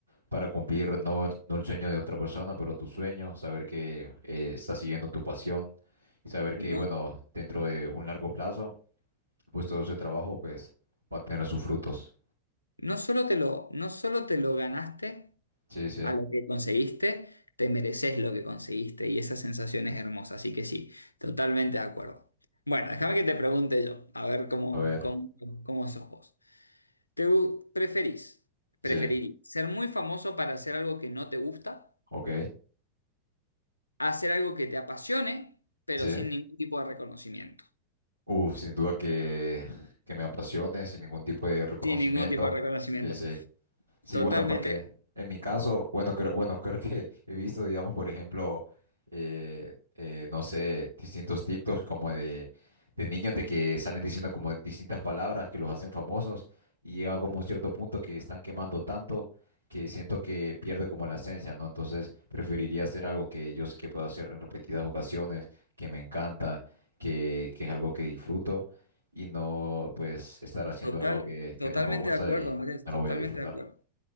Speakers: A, on the right; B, on the left.
A: para cumplir no, no el sueño de otra persona, pero tu sueño, saber que eh, estás siguiendo tu pasión y saber que,
B: No,
A: bueno, dentro de un largo plazo, pues todo ese trabajo, pues va a tener sus frutos.
B: no solo te lo, no solo te lo ganaste.
A: Sí, sí.
B: a lo que conseguiste, te mereces lo que conseguiste y esa sensación es hermosa. Así que sí, totalmente de acuerdo. Bueno, déjame que te pregunte yo, a ver cómo,
A: A ver,
B: cómo, cómo sos vos. ¿Te gu- preferís, preferirías
A: sí,
B: ser muy famoso para hacer algo que no te gusta,
A: ok,
B: a hacer algo que te apasione, pero
A: sí.
B: sin ningún tipo de reconocimiento?
A: Uf, sin duda que, que me apasione, sin ningún tipo de reconocimiento.
B: Sin ningún tipo de reconocimiento.
A: Sí, sí. Sí,
B: Totalmente,
A: bueno, porque en mi caso, bueno, creo, bueno, <laughs> creo que he visto, digamos, por ejemplo, eh, eh, no sé, distintos TikToks como de, de niños de que salen diciendo como distintas palabras que los hacen famosos y llega como un cierto punto que están quemando tanto que siento que pierde como la esencia, ¿no? Entonces preferiría hacer algo que yo sé que puedo hacer en repetidas ocasiones, que me encanta, que, que es algo que disfruto y no pues estar haciendo
B: total,
A: algo que,
B: totalmente
A: que no me gusta
B: de acuerdo,
A: y
B: Andrés,
A: no
B: totalmente
A: lo voy a disfrutar.
B: de acuerdo.